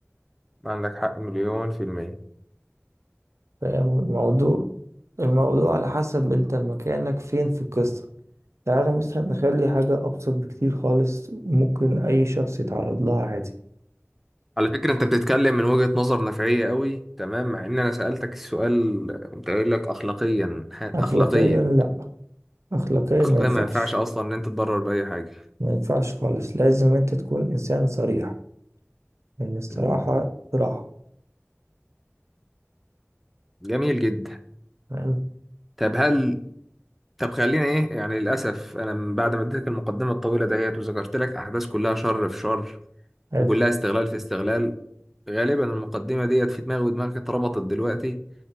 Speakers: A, in the centre; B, on the right.
A: عندك حق مليون في المية
B: فاهم الموضوع الموضوع على حسب انت مكانك فين في القصة تعالى مثلا نخلي حاجة أبسط بكتير خالص ممكن أي شخص يتعرض لها عادي
A: على فكرة انت بتتكلم من وجهة نظر نفعية قوي تمام مع ان انا سألتك السؤال قمت قايل لك اخلاقيا ه-
B: أخلاقيا
A: اخلاقيا
B: لأ أخلاقيا
A: اخلاقيا
B: ما ينفعش
A: ما ينفعش اصلا ان انت تضرر بأي حاجة
B: ما ينفعش خالص لازم أنت تكون إنسان صريح لأن الصراحة
A: مم.
B: صراحة
A: جميل جدا
B: تمام
A: طب هل طب خلينا ايه يعني للاسف انا من بعد ما اديتك المقدمة الطويلة دهيت وذكرت لك احداث كلها شر في شر
B: حلو
A: وكلها استغلال في استغلال غالبا المقدمة ديت في دماغي ودماغك اتربطت دلوقتي